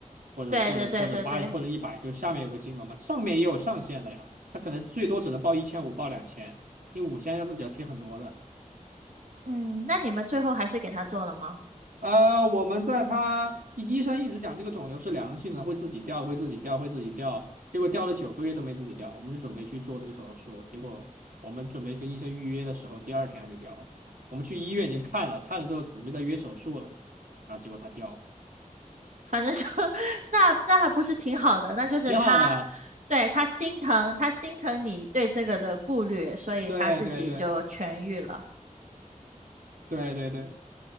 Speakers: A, on the right; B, on the right.
A: 或者或者或者八或者一百，
B: 对对对对对，
A: 就是下面有个金额嘛，上面也有上限的呀，它可能最多只能报一千五，报两千，你五千要自己要贴很多的。
B: 嗯，那你们最后还是给它做了吗？
A: 呃，我们在他医生一直讲这个肿瘤是良性的，会自己掉，会自己掉，会自己掉。结果掉了九个月都没自己掉，我们就准备去做这个手术。结果我们准备跟医生预约的时候，第二天他就掉了。我们去医院已经看了，看了之后准备再约手术了，然后结果它掉了，
B: 反正就 <laughs> 那那还不是挺好的，那就是他，
A: 挺好的呀。
B: 对，他心疼，他心疼你对这个的顾虑，所以他自己就痊愈了，
A: 对对对对对对，